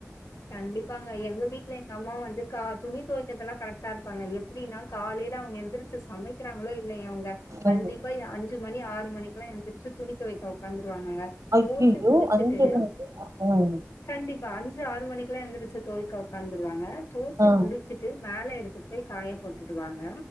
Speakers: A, on the left (about 75°); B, on the right (about 80°).
A: கண்டிப்பாங்க எங்க வீட்ல எங்க அம்மா வந்து கா துணி தொவைக்கது எல்லா கரெக்டா எப்டின்னா காலையில அவுங்க எந்திரிச்சு சமைக்கிறாங்களோ இல்லயே அவுங்க கண்டிப்பா
B: ம்
A: அஞ்சு மணி ஆறு மணிக்கு எல்லா எழுந்திரிச்சு துணி துவை உக்காந்துருவாங்கங்க
B: ஐய்யய்யோ
A: துவச்சு முடிச்சிட்டு
B: அஞ்சு மணிக்கா ம்
A: கண்டிப்பா ஆறு மணிக்குலாம் எந்திரச்சு தொவைக்க உக்காந்துருவாங்க தோச்சி
B: ஆ
A: முடிச்சிட்டு மேல எடுத்துட்டு போய் காய போட்டுருவாங்க